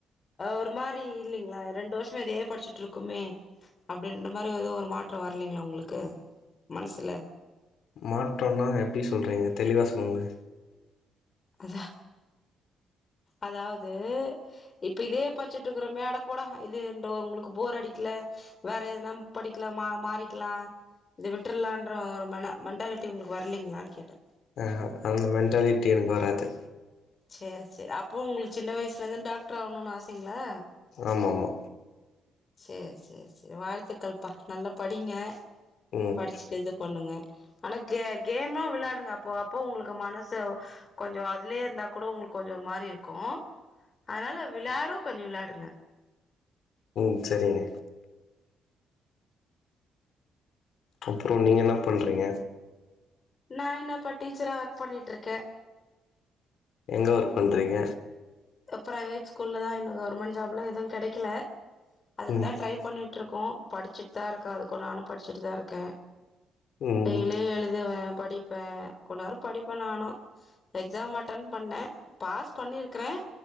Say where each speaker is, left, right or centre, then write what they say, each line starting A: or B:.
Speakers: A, on the left; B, on the left.
A: ஒரு மாதிரி இல்லைங்களா ரெண்டு வருஷமா இதையே படிச்சுட்டு இருக்குமே அப்படின்ற மாதிரி ஏதோ ஒரு மாற்றம் வரலீங்ளா உங்குளுக்கு மனசுல
B: மாற்றோனா எப்டி சொல்றீங்க தெளிவா சொல்லுங்க
A: அத அதாவது இப்ப இதே பச்சிட்டுயிருக்கோமே அட போடா இதுன்றுஉங்களுக்கு போர் அடிக்ல வேற எதுனாப் படிக்லாமா மாறிக்கலாம் இத விட்டுறலாம் என்ற மென்டாலிட்டி உங்களுக்கு வரலீங்களான்னு கேட்டே
B: ஆஹ் அந்த மென்டாலிட்டி எனக்கு வராது
A: செரி செரி அப்போ உங்களுக்கு சின்ன வயசுல இருந்து டாக்டர் ஆகணுன்னனு ஆசைங்களா
B: ஆமா ஆமா
A: சேரி சேரி சேரி வாழ்த்துக்கள்ப்பா நல்லா படிங்க
B: ம்
A: படிச்சுட்டு இது பண்ணுங்க ஆனா கே கேமு விளையாடுங்க அப்போ அப்போ உங்களுக்கு மனசு <unintelligible> கொஞ்சம் அதலையே இருந்த கூட உங்களுக்கு கொஞ்சம் ஒரு மாரிரும் உஹம் அதனால விளையாடு கொஞ்ச விளையாடுங்க
B: உம் செரிங்க அப்றோ நீங்க என்ன பண்றீங்க
A: நான் என்னப்பா டீச்சரா ஒர்க் பண்ணிட்டுருக்கேன்
B: எங்க ஒர்க் பண்றீங்க
A: ஆ பிரைவேட் ஸ்கூல்லதா இன்னு கவர்மெண்ட் ஜாப்லா எதும் கெடைக்கல அதுக்குதா
B: ம்
A: ட்ரை பண்ணிட்ருக்கோ படிச்சுட்டுதா இருக்க அதுக்கு நானும் படிச்சுட்டுதா இரு <unintelligible>
B: ம்
A: டெய்லி எழுதுவே படிப்பேன் கொஞ்ச நேரோம் படிப்பேன் நானும் எக்ஸாம் அட்டன் பண்ணேன் பாஸ் பண்ணியிருக்றேன்